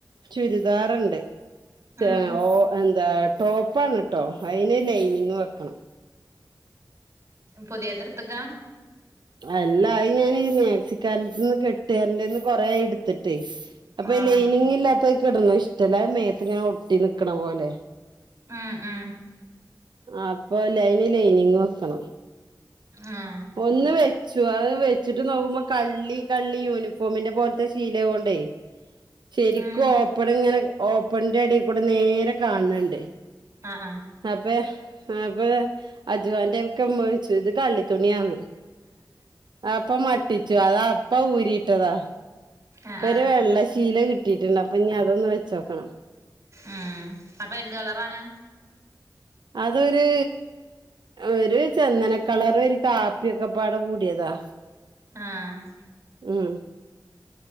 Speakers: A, on the right; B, on the right.
A: ചുരിദാറ്ണ്ട്
B: ഉം
A: താ ഓഎന്താ ടോപ്പാണ് ട്ടോ അയിന് ലൈനിങ്ങ് വെക്കണം
B: പുതിയത്ട്ത്ത് ക്ക
A: അല്ലായി ഞാനീ മാക്സിക്കാരന്റെ ട് ത്ത്ന്ന് കെട്ടേരന്റട്തന്ന് കൊറേയി ഇടുത്തിട്ടേ അപ്പൊ
B: ആഹ്
A: ലൈനിങ് ഇല്ലാത്തത് ക്ക് ഇടണ ഇഷ്ടല്ല. അത് മേത്ത് ഇങ്ങനെ ഒട്ടി നിക്കണ പോലെ
B: ഉം ഉം
A: ആപ്പൊ ലൈന് ലൈനിങ് വെക്കണം
B: ആ..
A: ഒന്ന് വെച്ചു. അത് വെച്ചിട്ട് നോക്കുമ്പോ കള്ളി കള്ളി യൂണിഫോമിന്റെ പോൽത്തെ ശീല ആവ്വോണ്ടേയ് ശരിക്കും
B: ഉം
A: ഓപ്പൺ ഇങ്ങനെ, ഓപ്പൺന്റെ എടേകൂടെ നേരെ കാൺ ണ്‌ണ്ട്
B: ആഹ് ആഹ്
A: അപ്പൊ അപ്പൊ അജവാന്റെ ഒക്കെമ്മ ചോദിച്ചു ഇത് കള്ളിത്തുണിയാന്ന് അപ്പം മട്ടിച്ചു. അതപ്പം ഊരിട്ടതാ
B: ആഹ്
A: പ്പൊ
B: ആഹ്
A: ഒരു വെള്ള ശീല കിട്ടീട്ടുണ്ട്. അപ്പൊ ഇനി അതൊന്ന് വെച്ചോക്കണം.
B: ആഹ് അപ്പൊ എന്ത് കളറാണ്
A: അതൊര് ഒരു ചന്ദനക്കളർ ഒരു കാപ്പിയൊക്കെപാടെ കൂടിയതാ
B: ആഹ്
A: ഉം